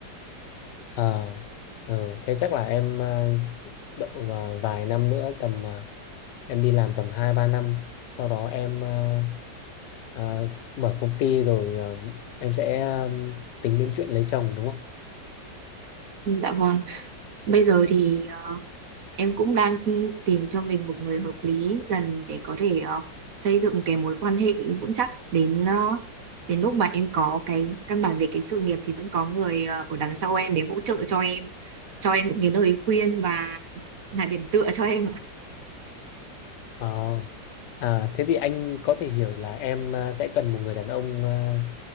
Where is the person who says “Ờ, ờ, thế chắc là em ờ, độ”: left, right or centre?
Left